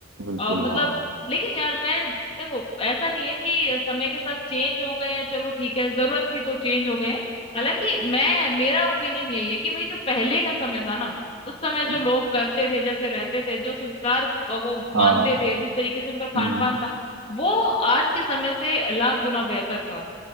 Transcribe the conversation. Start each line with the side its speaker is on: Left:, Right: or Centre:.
Right: बिल्कुल
Left: अ, मतलब
Right: हाँ
Left: लेकिन यार मैं देखो ऐसा नहीं है कि समय के साथ चेंज हो गए हैं चलो ठीक है जरूरत थी तो चेंज हो गए हैं हालांकि मैं मेरा ओपिनियन यही है कि भाई जो पहले का समय था ना उस समय
Right: हम्म,
Left: जो लोग करते थे जैसे रहते थे जो संस्कार अ, वो
Right: हाँ
Left: मानते थे जिस तरीके से उनका खान
Right: हम्म हम्म,
Left: पान था वो आज के समय से लाख गुना बेहतर था